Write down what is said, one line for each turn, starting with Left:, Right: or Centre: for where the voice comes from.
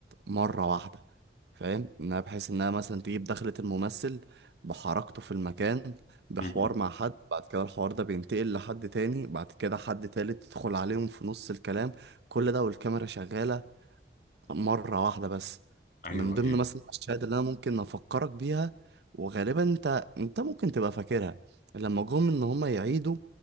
Right: مرة واحدة فاهم إنها بحيث إنها مثلا تجيب دخلة الممثل بحركته في المكان بحوار
Left: أمم.
Right: مع حد بعد كده الحوار ده بينتقل لحد تاني بعد كده حد تالت تدخل عليهم في نص الكلام كل ده والكاميرا شغالة مرة واحدة بس
Left: ايوه
Right: من ضمن
Left: ايوه
Right: مثلا الأشياء اللي أنا ممكن أفكرك بيها وغالبا أنت أنت ممكن تبقى فاكرها لما جم إن هما يعيدوا